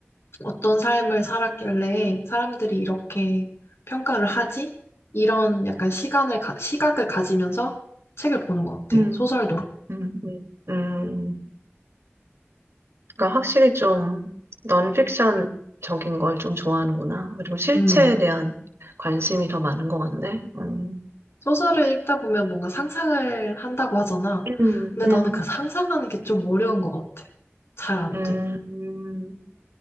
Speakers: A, on the left (about 70°); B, on the right (about 70°).
A: 어떤 삶을 살았길래 사람들이 이렇게 평가를 하지? 이런 약간 시간을, 가- 시각을 가지면서 책을 보는 것 같아.
B: 음,
A: 소설도.
B: 응. 음, 음. 그러니까 확실히 좀 넌픽션적인 걸 좀 좋아하는구나. 그리고 실체에
A: 음.
B: 대한 관심이 더 많은 것 같네. 음,
A: 소설을 읽다 보면 뭔가 상상을 한다고 하잖아.
B: 응,
A: 근데
B: 응.
A: 나는 그 상상하는 게 좀 어려운 것 같아. 잘 안
B: 음,
A: 돼.